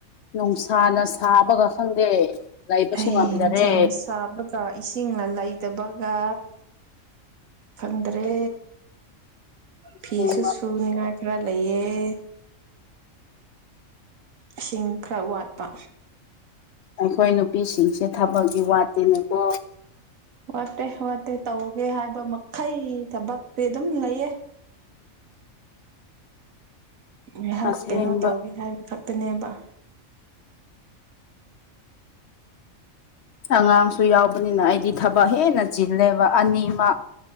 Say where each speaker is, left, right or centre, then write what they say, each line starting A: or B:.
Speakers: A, on the left; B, on the right.
A: ꯅꯨꯡꯁꯥꯅ ꯁꯥꯕꯒ ꯈꯪꯗꯦ ꯂꯩꯕꯁꯨ
B: ꯑꯩ
A: ꯉꯝꯗꯔꯦ
B: ꯅꯨꯡꯁꯥꯅ ꯁꯥꯕ ꯀ ꯏꯁꯤꯡꯅ ꯂꯩꯇꯕꯒ ꯈꯪꯗ꯭ꯔꯦ
A: ꯑꯁꯦꯡꯕ
B: ꯐꯤꯁꯨ ꯁꯨꯅꯤꯡꯉꯥꯏ ꯈꯔ ꯂꯩꯑꯦ ꯏꯁꯤꯡ ꯈꯔ ꯋꯥꯠꯄ
A: ꯑꯩꯈꯣꯏ ꯅꯨꯄꯤꯁꯤꯡꯁꯦ ꯊꯕꯛꯗꯤ ꯋꯥꯠꯇꯦꯅꯦꯀꯣ
B: ꯋꯥꯠꯇꯦ ꯋꯥꯠꯇꯦ ꯇꯧꯒꯦ ꯍꯥꯏꯕ ꯃꯈꯩ ꯊꯕꯛꯇꯤ ꯑꯗꯨꯝ ꯂꯩꯌꯦ ꯉꯥꯏꯍꯥꯛ
A: ꯑꯁꯦꯡꯕ
B: ꯀꯩꯅꯣ ꯇꯧꯒꯦ ꯍꯥꯏꯕ ꯈꯛꯇꯅꯦꯕ
A: ꯑꯉꯥꯡꯁꯨ ꯌꯥꯎꯕꯅꯤꯅ ꯑꯩꯗꯤ ꯊꯕꯛ ꯍꯦꯟꯅ ꯆꯤꯜꯂꯦꯕ ꯑꯅꯤꯃꯛ